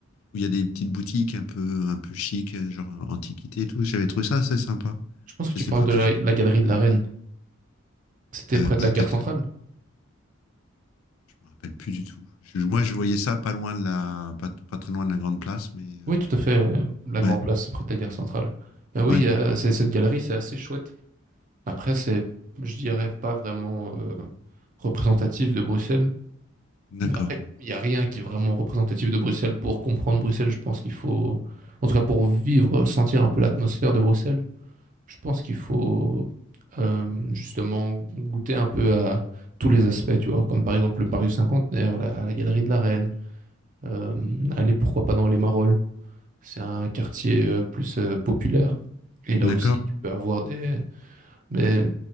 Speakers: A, on the left (about 80°); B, on the right (about 40°).
A: où il y a des petites boutiques un peu, un peu chic, euh, genre antiquité et tout. J'avais trouvé ça assez sympa.
B: Je pense
A: Je
B: que tu
A: sais
B: parles
A: pas,
B: de la,
A: je-
B: la galerie de la Reine. C'était
A: euh,
B: près
A: peut-être,
B: de la gare centrale?
A: je me rappelle plus du tout. Je- moi, je voyais ça pas loin de la, pas, pas très loin de la Grande Place, mais euh,
B: Oui, tout à fait. euh, La Grand
A: ouais,
B: Place, c'est près de la gare centrale. Ben oui,
A: ouais,
B: euh, c'est- cette galerie, c'est assez chouette. Après, c'est, je dirais, pas vraiment euh, représentatif de Bruxelles.
A: d'accord,
B: Mais après, il n'y a rien qui est vraiment représentatif de Bruxelles. Pour comprendre Bruxelles, je pense qu'il faut, en tout cas pour vivre, sentir un peu l'atmosphère de Bruxelles, je pense qu'il faut euh, justement goûter un peu à tous les aspects, tu vois, comme par exemple le Paris Cinquantenaire, la, la Galerie de la Reine, euh, aller pourquoi pas dans les Marolles. C'est un quartier euh, plus euh, populaire. Et là
A: d'accord.
B: aussi, tu peux avoir des, mais